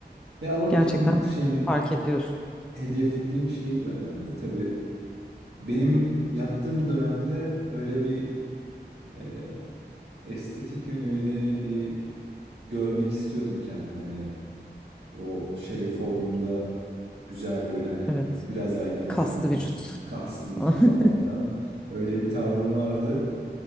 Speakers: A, on the right; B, in the centre.
A: Ya orada
B: Gerçekten
A: tabii
B: böyle
A: şeyin
B: fark ediyorsun.
A: hedeflediğin şey de önemli. Tabii benim yaptığım dönemde öyle bir e, estetik yönüyle bir görmek istiyordum kendimi. Hani o şey formumda Güzel böyle hani
B: Evet.
A: biraz daha geniş
B: Kaslı
A: omuz,
B: vücut.
A: kaslı vücut
B: <laughs>
A: falan filan. Öyle bir tavrım vardı.